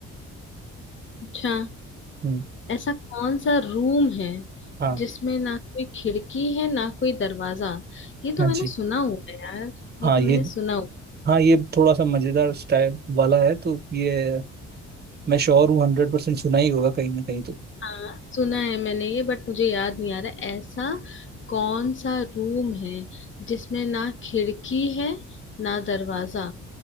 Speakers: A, on the left; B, on the right.
A: अच्छा
B: हम्म
A: ऐसा कौन सा रूम है
B: हाँ
A: जिसमें ना कोई खिड़की है ना कोई दरवाजा ये तो
B: हाँ
A: मैंने
B: जी
A: सुना हुआ है यार ये
B: हाँ
A: तो
B: ये
A: मैंने सुना
B: हाँ ये थोड़ा सा मजेदार स्टाइल वाला है तो ये मैं श्योर हूँ हंड्रेड परसेंट सुना ही होगा कहीं ना कहीं तो
A: हाँ सुना है मैंने ये बट मुझे याद नहीं आ रहा ऐसा कौन सा रूम है जिसमें ना खिड़की है ना दरवाजा